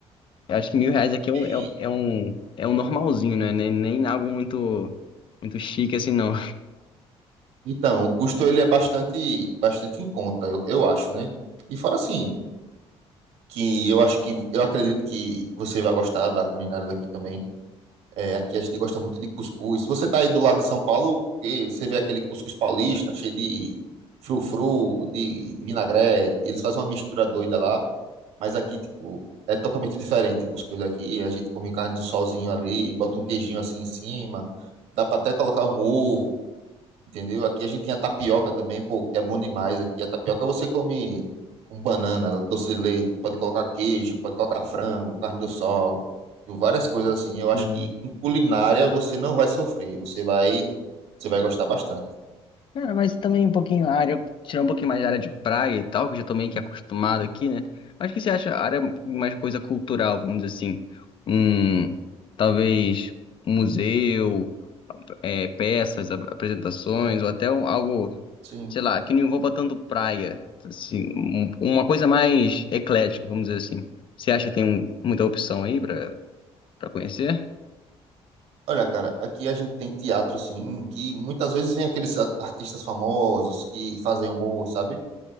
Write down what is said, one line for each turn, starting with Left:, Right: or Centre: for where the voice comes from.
Left: Eu acho que mil reais
Right: aqui
Left: aqui
Right: também.
Left: é um, é um, é um é um normalzinho, né? Nem, nem algo muito, muito chique assim, não.
Right: Então, o custo ele é bastante, bastante em conta, eu, eu acho, né? E fora assim, que eu acho que eu acredito que você vai gostar da culinária daqui também. É, aqui a gente gosta muito de cuscuz. Se você tá aí do lado de São Paulo, eh, você vê aquele cuscuz paulista, cheio de frufru, de, de vinagrete, eles fazem uma mistura doida lá. Mas aqui, tipo, é totalmente diferente o cuscuz daqui. A gente come carne do solzinho ali, bota um queijinho assim em cima. Dá pra até colocar um ovo, entendeu? Aqui a gente tem a tapioca também, pô, que é bom demais. Aqui a tapioca você come com banana, doce de leite, pode colocar queijo, pode colocar frango, carne do sol, e várias coisas assim. Eu acho
Left: Uhum.
Right: que com culinária você não vai sofrer, você vai, você vai gostar bastante.
Left: Cara, mas também um pouquinho a área, tirar um pouquinho mais da área de praia e tal, que eu já tô meio que acostumado aqui, né? Mas o que você acha a área mais coisa cultural, vamos dizer assim? Um, talvez um museu, é, peças, ap- apresentações, ou até um- algo,
Right: Sim.
Left: sei lá, que não envolva tanto praia. Assim, um- uma coisa mais eclética, vamos dizer assim. Você acha que tem muita opção aí pra Pra conhecer?
Right: Olha, cara, aqui a gente tem teatro, sim, que muitas vezes vem aqueles a- artistas famosos que fazem humor, sabe?